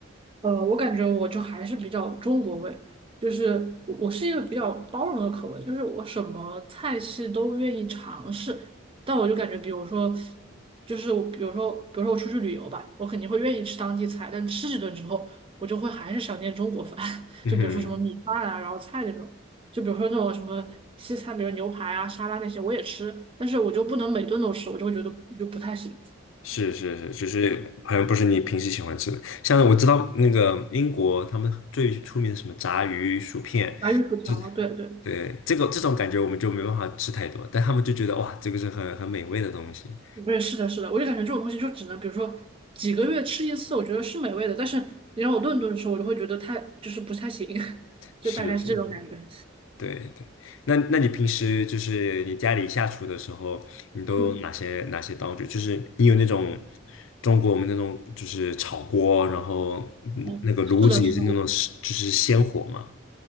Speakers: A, on the right (about 25°); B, on the left (about 75°).
A: 呃，我感觉我就还是比较中国味，就是我我是一个比较包容的口味，就是我什么菜系都愿意尝试。但我就感觉，比如说，就是我，比如说，比如说我出去旅游吧，我肯定会愿意吃当地菜，但吃几顿之后，我就会还是想念中国饭，<laughs>
B: 嗯哼。
A: 就比如说什么米饭啊，然后菜那种，就比如说那种什么西餐，比如牛排啊、沙拉那些，我也吃，但是我就不能每顿都吃，我就会觉得就不太行。
B: 是是是，就是好像不是你平时喜欢吃的。像我知道那个英国，他们最出名的什么炸鱼薯片，
A: 白玉薯条，
B: 就
A: 对对。
B: 对这个这种感觉我们就没办法吃太多，但他们就觉得哇，这个是很很美味的东西。
A: 对，是，是的，是的，我就感觉这种东西就只能，比如说几个月吃一次，我觉得是美味的。但是你让我顿顿吃，我就会觉得太就是不太行，<laughs> 就大概是这种感觉。
B: 是是，对对。那那你平时就是你家里下厨的时候，你都有哪些哪些道具？
A: 嗯，
B: 就是你有那种中国我们那种就是炒锅，然后嗯那个炉子也是那种就是鲜火嘛。
A: 哦，是的，是的，我